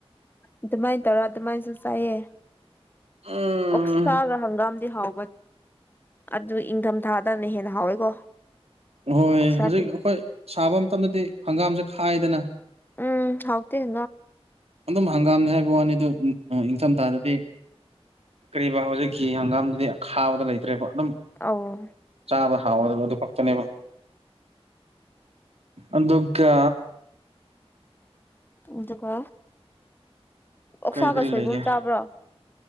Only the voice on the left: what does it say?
ꯑꯗꯨꯃꯥꯏꯅ ꯇꯧꯔ ꯑꯗꯨꯃꯥꯏꯅꯁꯨ ꯆꯥꯏꯌꯦ
ꯎꯛꯁꯥꯒ ꯍꯪꯒꯥꯝꯗꯤ ꯍꯥꯎ ꯑꯗꯨ ꯏꯪꯊꯝꯊꯥꯗꯅ ꯍꯦꯟꯅ ꯍꯥꯎꯋꯦꯀꯣ
ꯑꯣꯛꯁꯥꯗꯤ
ꯎꯝ ꯍꯥꯎꯇꯦ
ꯑꯧ
ꯑꯗꯨꯒ ꯑꯣꯛꯁꯥꯒ
ꯁꯣꯏꯕꯨꯝ
ꯆꯥꯕ꯭ꯔꯣ